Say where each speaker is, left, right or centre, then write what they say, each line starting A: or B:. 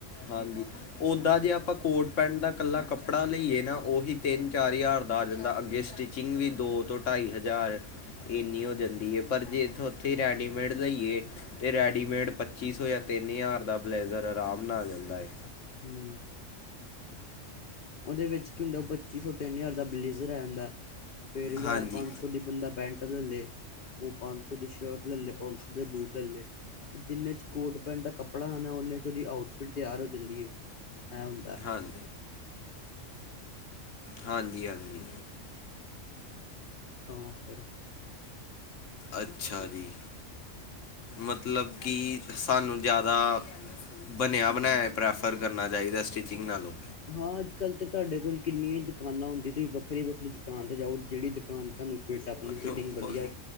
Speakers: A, on the left (about 70°); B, on the left (about 45°).
A: ਹਾਂਜੀ ਓਦਾਂ ਜੇ ਆਪਾ ਕੋਟ-ਪੈਂਟ ਦਾ ਕੱਲਾ ਕੱਪੜਾ ਲਈਏ ਨਾ ਓਹੀ ਤਿੰਨ-ਚਾਰ ਹਜਾਰ ਦਾ ਆ ਜਾਂਦਾ, ਅੱਗੇ ਸਟਿਚ ਚਿੰਗ ਵੀ ਦੋ, ਤੋਂ ਟਾਈ ਹਜਾਰ ਏਨੀ ਹੋ ਜਾਂਦੀ ਏ ਪਰ ਜੇ ਏਥੋਂ ਓਥੇ ਰੈਡੀਮੇਡ ਲਈਏ ਤੇ ਰੈਡੀਮੇਡ ਪੱਚੀ- ਸੌ ਜਾ ਤਿੰਨ ਹਜ਼ਾਰ ਦਾ ਬਲੇਜ਼ਰ ਆਰਾਮ ਨਾਲ ਆ ਜਾਂਦਾ ਏ।
B: ਹੂੰ। ਓਦੇ ਵਿੱਚ ਕੀ ਹੁੰਦਾ ਪੱਚੀ-ਸੌ ਤਿੰਨ ਜਾਰ ਦਾ ਬਲੇਜ਼ਰ ਆ ਜਾਂਦਾ। ਫੇਰ ਹਜਾਰ,
A: ਹਾਂਜੀ
B: ਪੰਜ-ਸੌ ਦੀ ਬੰਦਾ ਪੈਂਟ ਲੇਲ ਲਏ। ਓ ਪੰਜ ਸੌ ਦੀ ਸ਼ਰਟ ਲਲ ਲਏ, ਪੰਜ ਸੌ ਦੇ ਬੂਟ ਲਲ ਲਏ। ਤੇ ਜਿੰਨੇ ਚ ਕੋਟ-ਪੈਂਟ ਦਾ ਕੱਪੜਾ ਆਣਾ, ਓਨੇ ਚ ਓਦੀ ਆਊਟਫਿਟ ਤਿਆਰ ਹੋ ਜਾਂਦੀ ਏ ਐ ਹੁੰਦਾ।
A: ਹਨ ਹਾਂਜੀ-ਹਾਂਜੀ।
B: ਤਾਂ ਫਿਰ
A: ਅੱਛਾ ਜੀ, ਮਤਲਬ ਕਿ ਸਾਨੂੰ ਜਾਦਾ ਬਨੇਆ-ਬਨਾਇਆ ਪ੍ਰੈਫਰ ਕਰਨਾ ਚਾਈਦਾ ਸਟਿਚਿੰਗ ਨਾਲੋ।
B: ਹਾਂ ਅੱਜ-ਕੱਲ ਤੇ ਤੋਆਡੇ ਕੋਲ ਕਿੰਨੀਆ ਈ ਦੁਕਾਨਾ ਹੁੰਦੀ ਤੁਸੀਂ ਵੱਖਰੀ- ਵੱਖਰੀ ਦੁਕਾਨ ਤੇ ਜਾਓ ਜਿਹੜੀ ਦੁਕਾਨ ਤੁਹਾਨੂੰ ਫਿਟ ਆਪਣੀ ਫਿਟਿੰਗ
A: ਜੋ-
B: ਵਧੀਆ।